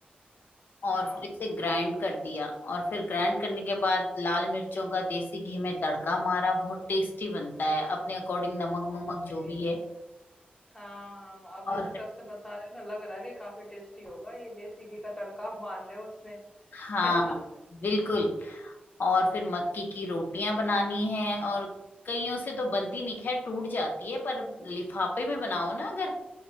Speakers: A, on the left (about 70°); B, on the left (about 20°).
A: और
B: हाँ
A: फिर इसे ग्राइंड कर दिया और फिर ग्राइंड करने के बाद लाल मिर्चों का देसी घी में तड़का मारा बहुत टेस्टी बनता है अपने अकॉर्डिंग नमक
B: ओ,
A: नुमक
B: सही
A: जो भी है
B: हाँ हाँ आप जिस
A: और फिर
B: हिसाब से बता रहे हो ना लग रहा है कि काफी टेस्टी होगा ये देसी घी का तड़का आप मार रहे हो उसमें <laughs>
A: हाँ
B: है ना
A: बिल्कुल और फिर मक्की की रोटियां बनानी है और कईयों से तो बनती नहीं खैर टूट जाती है पर लिफाफे में बनाओ ना अगर